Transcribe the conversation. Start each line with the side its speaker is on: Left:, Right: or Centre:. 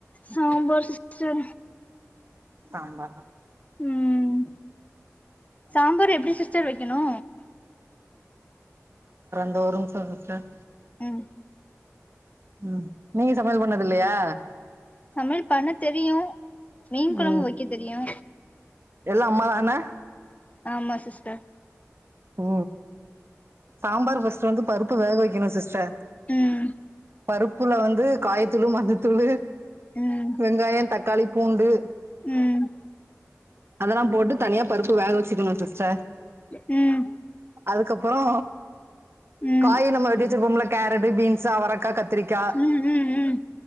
Left: சாம்பார் சிஸ்டர்
Right: சாம்பார்
Left: ம் ம் ம் சாம்பாரு எப்டி சிஸ்டர் வெக்கணு
Right: இதோ ஒரு நிம்சோ சிஸ்டர்
Left: ம்
Right: ம் நீங்க சமையல் பண்ணதில்லையா
Left: சமையல் பண்ண தெரியு மீன் கொலம்பு
Right: ம்
Left: வெக்க தெரியு
Right: எல்லா அம்மா தானா
Left: ஆமா சிஸ்டர்
Right: ஒ சாம்பார் ஃபஸ்ட் ஃபஸ்டு வந்து பருப்பு வேக வெக்கணு சிஸ்டர்
Left: ம்
Right: பருப்புல வந்து காய்த்தூளு மஞ்சத்தூளு
Left: ம்
Right: வெங்காயோ தக்காளி பூண்டு
Left: ம்
Right: அதல்லா போட்டு தனியா பருப்பு வேக வெச்சிக்கணு சிஸ்டர்
Left: ம்
Right: அதுக்கப்புறோ
Left: ம்
Right: காயி நம்ம வெட்டி வெச்சிருப்போம்ல கேரட்டு பீன்ஸ்ஸு அவரக் கா கத்திரிக்கா
Left: ம் ம்